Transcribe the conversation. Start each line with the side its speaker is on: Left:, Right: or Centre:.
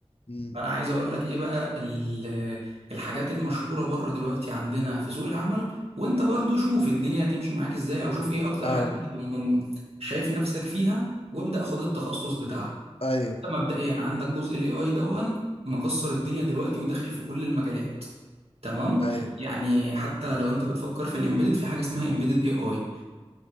Left: امم
Right: انا عايز اقول لك ايه بقى ال- الحاجات المشهوره بره دلوقتي عندنا في سوق العمل وانت برضو شوف الدنيا هتمشي معاك ازاي او شوف ايه اكتر
Left: اه
Right: حاجه انت م- شايف نفسك فيها وابدا خد التخصص بتاعها
Left: ايوه
Right: انت مبدئيا عندك جزء الاي اي دون مكسر الدنيا دلوقتي وداخل في كل المجالات تمام
Left: ايوه
Right: يعني حتى لو انت بتفكر في الامبيدد في حاجه اسمها امبيدد اي اي